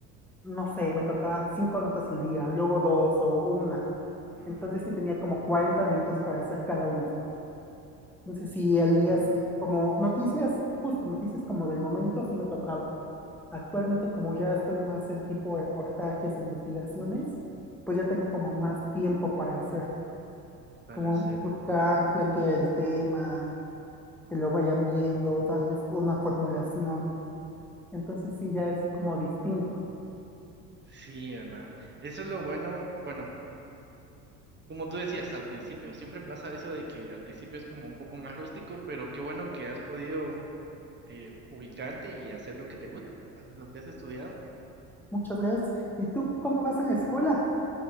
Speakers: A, in the centre; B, on the right.
A: no sé, me tocaban cinco notas al día, luego dos o una.
B: Ujú,
A: Entonces sí tenía como 40 minutos para hacer cada una. Entonces sí, el día
B: Mm,
A: sí, como noticias, justo noticias como del momento sí me tocaba. Actualmente como ya estoy más en tipo reportajes, investigaciones, pues ya tengo
B: ujú,
A: como más tiempo para hacer
B: Para
A: como
B: hacerlo.
A: buscar, plantear el tema, que lo vayan viendo, darle una formulación. Entonces sí, ya es como distinto.
B: Sí, ¿verdad? Eso es lo bueno. Bueno, como tú decías al principio, siempre pasa eso de que al principio es como un poco más rústico, pero qué bueno que has podido eh, ubicarte y hacer lo que te gusta, eh, lo que has estudiado.
A: Muchas gracias. ¿Y tú cómo vas en la escuela?